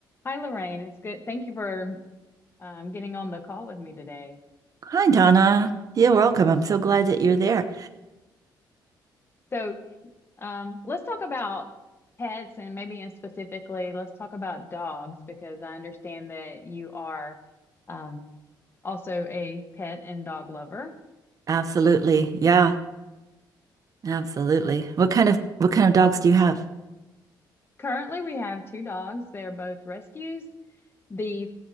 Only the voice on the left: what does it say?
Hi, Lorraine. It's good. Thank you for um, getting on the call with me today.
So, um, let's talk about pets and maybe in specifically, let's talk about dogs because I understand that you are um, also a pet and dog lover.
Currently, we have two dogs. They're both rescues. The